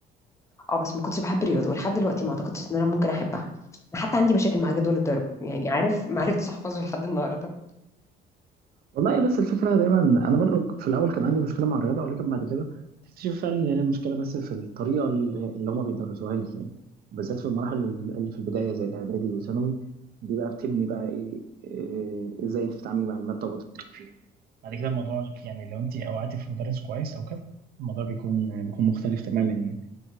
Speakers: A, on the left; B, on the right.
A: اه بس ما كنتش بحب الرياضه ولحد دلوقتي ما اعتقدش ان انا ممكن احبها انا حتى عندي مشاكل مع جدول الضرب يعني عارف ما عرفتش احفظه لحد النهارده
B: والله بس الفكرة دايما أنا برضو في الأول كان عندي مشكلة مع الرياضة ولكن بعد كده تكتشف فعلا إن هي المشكلة بس في الطريقة اللي اللي هما بيدرسوها لك يعني بالذات في المراحل اللي في البداية زي الإعدادي والثانوي دي بقى بتبني بقى إيه إيه- إزاي أنت بتتعاملي مع المادة وبتفكري فيها بعد كده الموضوع يعني لو انت اوعتي في مدرس كويس او كده الموضوع بيكون بيكون مختلف تماما يعني